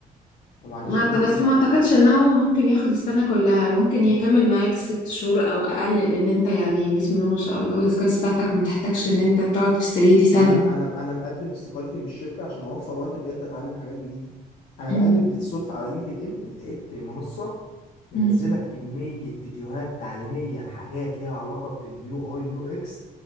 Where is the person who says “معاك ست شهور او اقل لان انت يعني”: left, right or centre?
Left